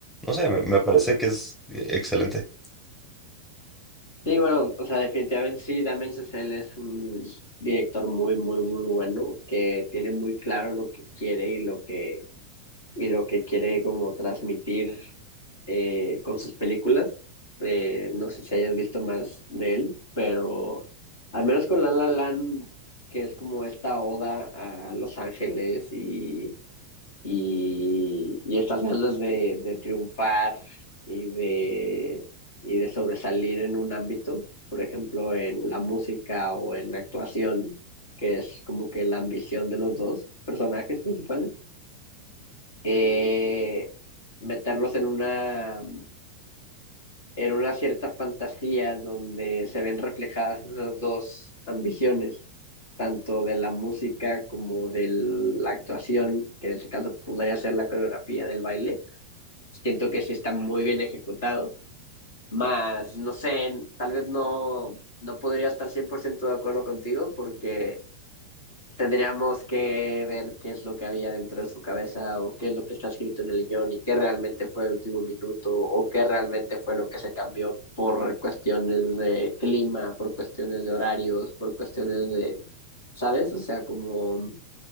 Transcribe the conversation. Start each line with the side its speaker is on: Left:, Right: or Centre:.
Centre: No sé, me, me parece que es eh, excelente.
Left: Sí, bueno, o sea, definitivamente sí, Damien Chazelle es un director muy, muy, muy bueno que tiene muy claro lo que quiere y lo que y lo que quiere como transmitir eh, con sus películas. Eh, no sé si hayas visto más de él, pero al menos con La La Land, que es como esta oda a Los Ángeles y, y, y estas ganas de, de triunfar y de, y de sobresalir en un ámbito, por ejemplo, en la música o en la actuación, que es como que la ambición de los dos personajes principales eh, meterlos en una, en una cierta fantasía donde se ven reflejadas esas dos ambiciones, tanto de la música como de la actuación, que en este caso podría ser la coreografía del baile. Siento que sí está muy bien ejecutado, más no sé, tal vez no, no podría estar 100% de acuerdo contigo porque tendríamos que ver qué es lo que había dentro de su cabeza o qué es lo que está escrito en el guión y qué realmente fue el último minuto o qué realmente fue lo que se cambió por cuestiones de clima, por cuestiones de horarios, por cuestiones de, ¿sabes? O sea, como